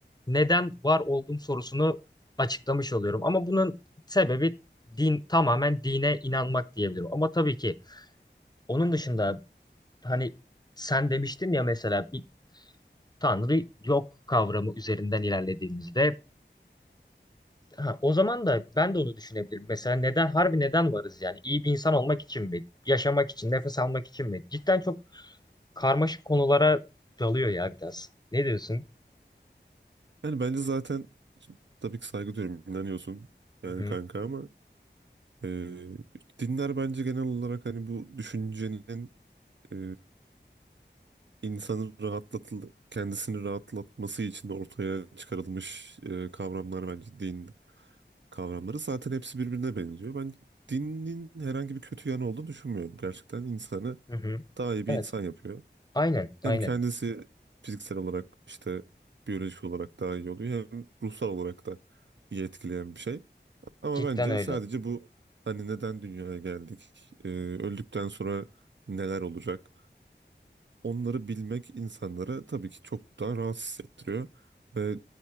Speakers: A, on the left (about 20°); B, on the right (about 75°).
A: neden var olduğum sorusunu açıklamış oluyorum. Ama bunun sebebi din tamamen dine inanmak diyebilirim. Ama tabii ki onun dışında hani sen demiştin ya mesela bir tanrı yok kavramı üzerinden ilerlediğimizde ha, o zaman da ben de onu düşünebilirim. Mesela neden harbi neden varız yani? İyi bir insan olmak için mi? Yaşamak için, nefes almak için mi? Cidden çok karmaşık konulara dalıyor ya biraz. Ne diyorsun?
B: yani bence zaten tabii ki saygı duyuyorum. İnanıyorsun yani
A: Hı hı.
B: kanka ama Ee, dinler bence genel olarak hani bu düşüncenin e, insanın rahatlatıl kendisini rahatlatması için ortaya çıkarılmış e, kavramlar bence din kavramları. Zaten hepsi birbirine benziyor. Ben dinin herhangi bir kötü yanı olduğunu düşünmüyorum. Gerçekten insanı
A: Hı hı.
B: daha iyi bir
A: Evet.
B: insan yapıyor.
A: Aynen,
B: Hem
A: aynen.
B: kendisi fiziksel olarak işte biyolojik olarak daha iyi oluyor hem ruhsal olarak da iyi etkileyen bir şey. Ama
A: Cidden
B: bence
A: öyle.
B: sadece bu hani neden dünyaya geldik, e, öldükten sonra neler olacak onları bilmek insanları tabii ki çok daha rahatsız hissettiriyor ve